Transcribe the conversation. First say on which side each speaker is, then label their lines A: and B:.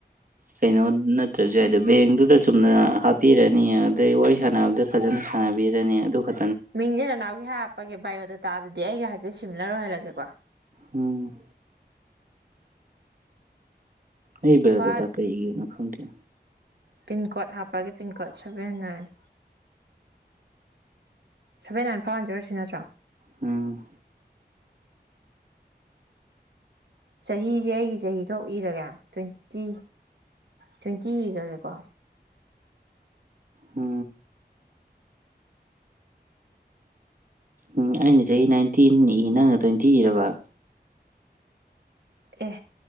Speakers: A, on the right; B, on the right.
A: ꯀꯩꯅꯣ ꯅꯠꯇ꯭ꯔꯁꯨ ꯍꯥꯏꯗꯣ ꯕꯦꯡꯗꯨꯗ ꯆꯨꯝꯅ ꯍꯥꯞꯄꯤꯔꯅꯤ ꯑꯗꯩ ꯋꯥꯔꯤ ꯁꯥꯟꯅꯕꯗ ꯐꯖꯅ ꯁꯥꯟꯅꯕꯤꯔꯅꯤ ꯑꯗꯨ ꯈ
B: ꯃꯤꯖꯦꯅ ꯅꯥꯎ ꯍ ꯍꯥꯄꯒꯦꯥꯏꯣ ꯑꯗꯨ ꯇꯥꯔꯗꯤ ꯑꯩꯒ ꯍꯥꯏꯐꯦꯠ ꯁꯤꯝꯂꯔꯣꯏꯍꯜꯂꯒꯦꯀꯣ
A: ꯍꯝ ꯑꯩ ꯦꯗ
B: ꯍ꯭ꯋꯥꯠ
A: ꯊꯀꯦ ꯏꯒꯤ ꯑꯣꯏꯅꯅ ꯈꯪꯒꯤ
B: ꯄꯤꯟ ꯀꯣꯗ ꯍꯥꯞꯄꯒꯤ pin code seven nine seven nine ꯐꯥꯏ ꯍꯟꯖꯔꯁꯤ ꯅꯠꯇ꯭ꯔꯣ
A: ꯎꯝ
B: ꯆꯍꯤꯁꯦ ꯑꯩꯒꯤ ꯆꯍꯤꯗ ꯏꯔꯒꯦ ꯇ꯭ꯋꯦꯟꯇꯤ ꯇ꯭ꯋꯦꯟꯇꯤ ꯏꯈ꯭ꯔꯒꯦꯀꯣ
A: ꯍꯥ ꯎꯝ ꯑꯩꯅ ꯆꯍꯤ ꯅꯥꯏꯟꯇꯤꯟ ꯏ ꯅꯪꯅ ꯇ꯭ꯋꯦꯟꯇꯤ ꯏꯔꯕ
B: ꯑꯦ